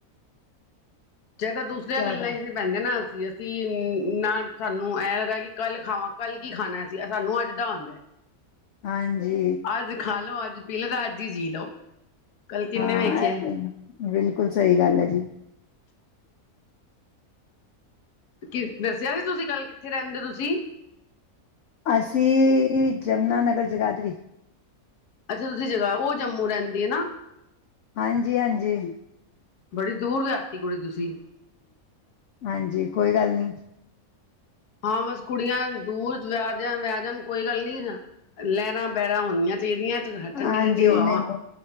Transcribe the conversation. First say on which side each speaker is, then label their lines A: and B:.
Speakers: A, on the left; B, on the left.
A: ਚੇ ਤਾਂ ਦੂਸਰਿਆਂ
B: ਜ਼ਿਆਦਾ
A: ਗੱਲਾਂ ਚ ਨੀ ਪੈਂਦੇ ਨਾ ਅਸੀਂ-ਅਸੀਂ ਨਾ ਸਾਨੂੰ ਐਂ ਲੱਗਾ ਕਿ ਕੱਲ੍ਹ ਖਾਵਾਂ ਕੱਲ ਕੀ ਖਾਣਾ ਅ ਸੀ ਸਾਨੂੰ ਅੱਜ ਦਾ ਹੁੰਦਾ ਐ
B: ਹਾਂਜੀ
A: ਅੱਜ ਖਾ ਲੋੋ, ਅੱਜ ਪੀ ਲੈ ਤਾਂ, ਅੱਜ ਹੀ ਜੀ ਲੋਓ ਕੱਲ ਕਿੰਨੇ
B: ਹਾਂ
A: ਵੇਖਿਆ
B: ਇਹ ਤੇ ਬਿਲਕੁਲ ਸਹੀ ਗੱਲ ਐ ਜੀ
A: ਕੀ ਦੱਸਿਆ ਸੀ ਤੁਸੀਂ ਗੱਲ ਕਿੱਥੇ ਰਹਿੰਦੇ ਤੁਸੀਂ?
B: ਅਸੀਂ ਯਮੁਨਾਨਗਰ ਜਗਾਧਰੀ
A: ਅੱਛਾ ਤੁਸੀਂ ਜਗਾਧ ਉਹ ਜੰਮੂ ਰਹਿੰਦੀ ਐ ਨਾ?
B: ਹਾਂਜੀ-ਹਾਂਜੀ
A: ਬੜੀ ਦੂਰ ਵਿਆਹਤੀ ਕੁੜੀ ਤੁਸੀਂ।
B: ਹਾਂਜੀ ਕੋਈ ਗੱਲ ਨੀ
A: ਹਾਂ ਬਸ ਕੁੜੀਆਂ ਦੂਰ ਵਿਆਹ ਦਿਆਂ ਵਿਆ ਜਾਣ ਕੋਈ ਗੱਲ ਨੀ ਲਹਿਣਾ ਬੈਰਾਂ ਹੋਣੀਆਂ ਚਾਹੀਦੀਆਂ ਤੇ ਠੰਡੀ
B: ਹਾਂਜੀ
A: ਠੰਢਡੀ ਹਵਾਵਾਂ,
B: ਨਹੀਂ